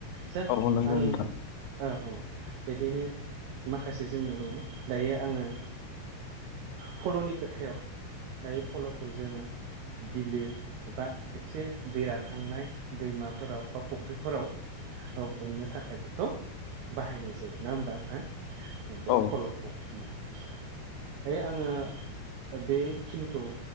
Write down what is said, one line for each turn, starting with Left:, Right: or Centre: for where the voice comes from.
Right: सा
Left: औ नंगौ
Right: आं
Left: नोंथां
Right: औ औ बिदिनो माखासे जोंनियाव दंङ दायो आंङो फल'नि खोथायाव दायो फल'खौ जोंङो बिलो एबा एसे दै रानहांनाय दैमाफोराव बा फुख्रिफोराव औ हमनो थाखाय बेखौ बाहायनाय जायो नोङा होमबा नोंथां बे
Left: औ
Right: फलखौ ओ आंङो बेखिनिखौ